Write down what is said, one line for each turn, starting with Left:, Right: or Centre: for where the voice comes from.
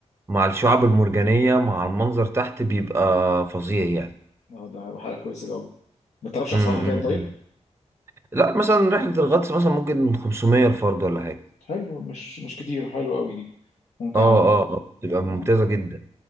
Right: مع الشعاب المرجانية مع المنظر تحت بيبقى فظيع يعني
Left: اه ده هيبقى حاجه كويسه قوي ما تعرفش
Right: م-
Left: اسعارها
Right: م-
Left: كام
Right: م.
Left: طيب
Right: لا مثلا رحلة الغطس مثلا ممكن من 500 الفرد ولا حاجة
Left: حلو مش مش كتير حلو قوي دي ممكن
Right: اه
Left: اعمل
Right: اه اه بتبقى ممتازة
Left: اه
Right: جدا